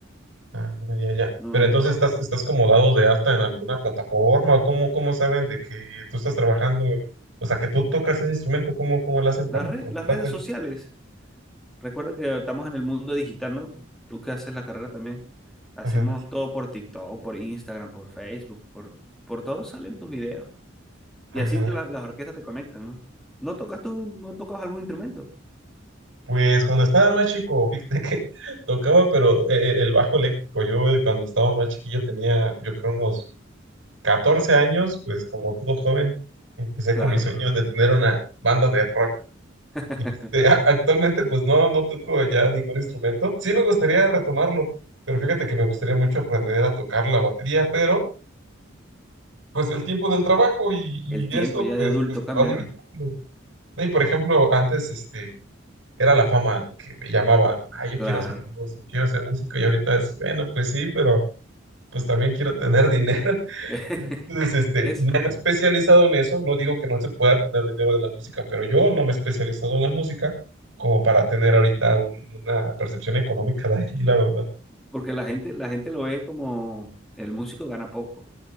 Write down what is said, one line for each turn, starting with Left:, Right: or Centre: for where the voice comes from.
Right: Ah, ya, ya.
Centre: No,
Right: Pero
Centre: no.
Right: entonces estás, estás como dado de alta en alguna plataforma o cómo, cómo saben de que tú estás trabajando, o sea, que tú tocas ese instrumento, ¿cómo, cómo lo hacen para
Centre: Las
Right: encontrarte?
Centre: re- las redes sociales, recuerda que estamos en el mundo digital, ¿no? Tú que haces la carrera también. Hacemos
Right: Ajá,
Centre: todo por TikTok, por Instagram, por Facebook, por, por todo salen tus videos.
Right: ajá.
Centre: Y así la- las orquestas te conectan, ¿no? ¿No tocas tú, no tocas algún instrumento?
Right: Pues cuando estaba más chico, fíjate que <laughs> tocaba, pero eh, eh, el bajo eléctrico, yo eh, cuando estaba más chiquillo tenía, yo creo, unos 14 años, pues como todo joven, empecé
Centre: Claro.
Right: con mis sueños de tener una banda de rock.
Centre: <laughs>
Right: Este, a- actualmente, pues no, no toco ya ningún instrumento. Sí me gustaría retomarlo, pero fíjate que me gustaría mucho aprender a tocar la batería, pero pues el tiempo del trabajo y, y
Centre: El tiempo
Right: eso,
Centre: ya
Right: pues,
Centre: de adulto
Right: pues te
Centre: cambia,
Right: va limitando.
Centre: ¿no?
Right: ¿no? Y por ejemplo, antes este, era la fama lo que me llamaba, ah, yo
Centre: Claro.
Right: quiero ser famoso, quiero ser músico, y ahorita es, bueno, pues sí, pero pues también quiero tener <laughs> dinero.
Centre: <laughs>
Right: Entonces, este,
Centre: Es
Right: no me he especializado en eso, no digo que no se pueda tener dinero de la música, pero yo no me he especializado en la música como para tener ahorita un- una percepción económica de ahí, la verdad.
Centre: porque la gente, la gente lo ve como el músico gana poco